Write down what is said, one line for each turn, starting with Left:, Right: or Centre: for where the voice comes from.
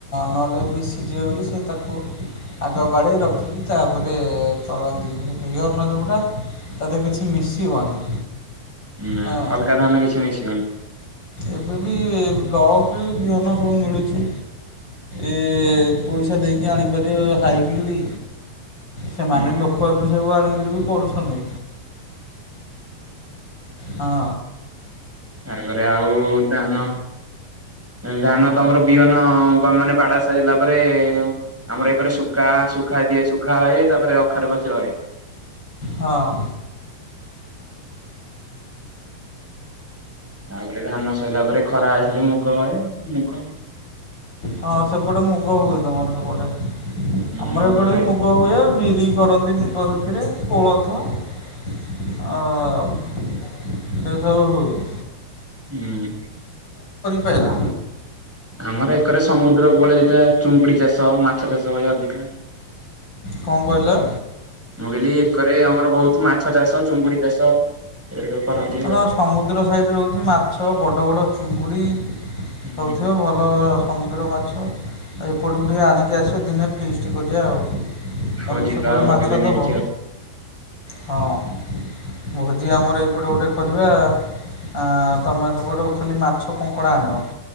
Left: ନହେଲେ ମିଶିଯିବ ବୋଲି ସେ ତାକୁ ଆଗ ବାଡ଼େଇ ରଖିକି ତାପରେ କରନ୍ତି ବିହ ବିହନ ଯୋଉଟା। ତା ଧିଅରେ କିଛି ମିଶିବନି।
Centre: ନା
Left: ହଁ
Centre: ଅଲଗା ଧାନ କିଛି ମିଶିବନି।
Left: ଏବେ ବି ବ୍ଲକରେ ବି ବିହନ ସବୁ ମିଳୁଚ଼ି ଏ ପଇସା ଦେଇକି ଆଣି ଇଏ ହାଇବ୍ରିଡ଼ି ସେମାନେ
Centre: ହୁଁ
Left: ଲୋକ ଏବେ ସବୁ ଆଣିକିରି ବି କରୁଛନ୍ତି। ହଁ।
Centre: ଏଣୁ କରି ଆଉ ଦାନ। ଧାନ ତମର ବିହନ ବା ମାନେ ବାଡା ସାରିଲା ପରେ ଆମର ଏପରେ ଶୁକା ଶୁଖା ଦିଏ ଶୁଖା ହୁଏ ତାପରେ ଅଖାରେ ବସି ରହେ।
Left: ହଁ।
Centre: ତାପରେ ଧାନ ସଇଲା ପରେ ଖରା ଆସିଲେ ମୁଗ ହଏ ମୁଗ।
Left: ହଁ ସେପଟେ ମୁଗ ହୁଏ ତମର ସେପଟେ ଆମର
Centre: ମୁଗ
Left: ଏପଟେ
Centre: ହଏ
Left: ବି ମୁଗ ହୁଏ ବିରି କରନ୍ତି ମୁଗ ସାଥିରେ କୋଳଥ। ଅ ସେସବୁ ହୁଏ।
Centre: ହୁଁ।
Left: ପେଲା।
Centre: ଆମର ଏକରେ ସମୁଦ୍ର କୁ ଗଲେ ହୋଇଥାଏ ଚୁଙ୍ଗୁଡି ଚାଷ ମାଛ ଚାଷ ଏ ଅଧିକା।
Left: କଣ କହିଲ?
Centre: ମୁଁ କହିଲି ଏକରେ ଆମର ବହୁତ ମାଛ ଚାଷ ଚୁଙ୍ଗୁଡି ଚାଷ। ଏ ସବୁ କରନ୍ତି
Left: ହଁ ତମର
Centre: ଲୋକ।
Left: ସମୁଦ୍ର ସାଇଡ୍ ରେ ରହୁଛି ମାଛ ବଡ ବଡ ଚୁଙ୍ଗୁଡି।
Centre: ହୁଁ
Left: ହୋଉଥିବ ଭଲ ସମୁଦ୍ର ମାଛ। ଏପଟକୁ ଟିକେ ଆଣିକି ଆସିବ ଦିନେ ଫିଷ୍ଟ୍ କରିବା ଆଉ। ତମେ
Centre: ହଉ ଯିବା
Left: ସେପଟୁ
Centre: ଆଉ
Left: ମାଛ
Centre: କେବେ ନେଇକି
Left: ଦବ
Centre: ଆଉ
Left: ହଁ। ଭୋଜି ଆମର ଏପଟେ ଗୋଟେ କରିବା ଆଁ ତମେ ସେପଟୁ ଖାଲି ମାଛ କଙ୍କଡ଼ା ଆଣିବ।